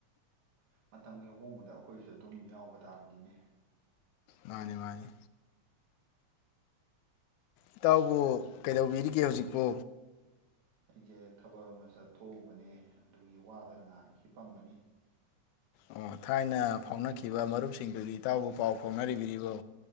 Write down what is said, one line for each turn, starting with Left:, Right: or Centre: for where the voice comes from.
Right: ꯃꯇꯝꯒꯤ ꯑꯍꯣꯡꯕꯗ ꯑꯩꯈꯣꯏꯁꯨ ꯑꯗꯨꯝ ꯌꯥꯎꯕ ꯇꯥꯕꯅꯤꯅꯦ
Left: ꯃꯥꯅꯦ ꯃꯥꯅꯤ ꯏꯇꯥꯎꯕꯨ ꯀꯩꯗꯧꯕꯤꯔꯤꯒꯦ ꯍꯧꯖꯤꯛꯄꯨ
Right: ꯑꯩꯖꯦ ꯊꯕꯛ ꯑꯃ ꯆꯠꯊꯣꯛꯎꯕꯅꯦ ꯑꯗꯨꯒꯤ ꯋꯥꯗꯅ ꯉꯥꯏꯍꯥꯛ ꯍꯤꯞꯄꯝꯕꯅꯤ
Left: ꯑꯣ ꯊꯥꯏꯅ ꯐꯥꯎꯅꯈꯤꯕ ꯃꯔꯨꯞꯁꯤꯡꯗꯨꯗꯤ ꯏꯇꯥꯎꯕꯨ ꯄꯥꯎ ꯐꯥꯎꯅꯔꯤꯕꯔꯤꯕꯣ